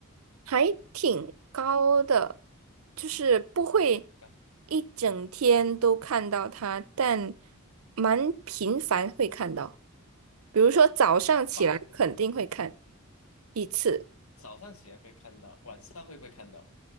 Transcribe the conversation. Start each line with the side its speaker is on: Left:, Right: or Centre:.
Right: 还挺高的，就是不会
Left: 嗯，刚
Right: 一整天都看到它，但蛮频繁会看到。比如说早上起来肯定会看
Left: 方，嗯，
Right: 一次，
Left: 早上起来会看到，晚上会不会看到？